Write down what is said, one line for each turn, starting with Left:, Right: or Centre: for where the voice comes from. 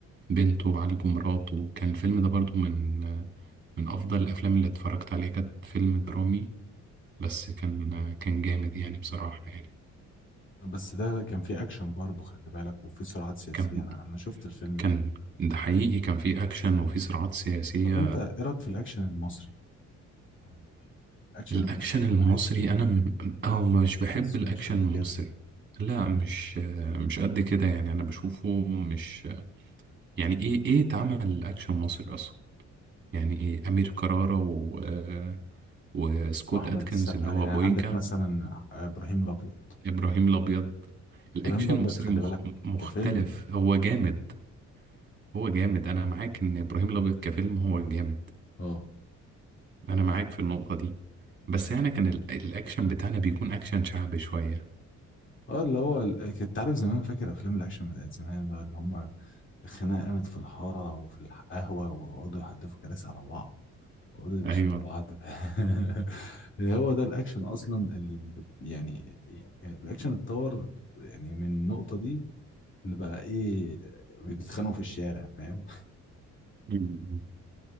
Right: بنته وعالجوا مراته كان الفيلم ده برضو من من أفضل الأفلام اللي اتفرجت عليها كانت فيلم درامي بس كان كان جامد يعني بصراحة يعني
Left: بس ده كان فيه اكشن برضه خلي بالك وفيه صراعات سياسيه
Right: كان
Left: انا انا شفت الفيلم
Right: كان
Left: ده
Right: ده حقيقي كان فيه أكشن وفيه صراعات سياسية
Left: طب انت ايه رايك في الاكشن المصري يعني الاكشن
Right: الأكشن
Left: المصري
Right: المصري
Left: بحسه
Right: أنا م... أه مش بحب
Left: بحسه
Right: الأكشن
Left: مش قد
Right: المصري
Left: كده
Right: لا مش مش قد كده يعني أنا بشوفه مش يعني إيه إيه اتعمل أكشن مصري أصلا يعني ايه امير كرارة و... آه، وسكوت
Left: واحمد
Right: اتكنز
Left: السقا
Right: اللي هو
Left: يعني
Right: بويكا
Left: عندك مثلا ابراهيم الابيض
Right: ابراهيم الابيض الاكشن
Left: ابراهيم الابيض
Right: المصري
Left: خلي
Right: مخ...
Left: بالك
Right: مختلف
Left: كفيلم
Right: هو جامد هو جامد انا معاك ان ابراهيم الابيض كفيلم هو جامد
Left: اه
Right: انا معاك في النقطة دي بس احنا كان ال... الاكشن بتاعنا بيكون اكشن شعبي شوية
Left: اه اللي هو ال- كنت عارف زمان فاكر افلام الاكشن بتاعت زمان بقى اللي هم الخناقه قامت في الحاره وفي القهوه ويقعدوا يحدفوا كراسي على بعض ويقعدوا يدشوا
Right: ايوه
Left: بعض <laughs> اللي هو ده الاكشن اصلا اللي اللي- يعني يعني الاكشن اتطور يعني من النقطه دي اللي بقى ايه بيتخانقوا في الشارع فاهم
Right: مم.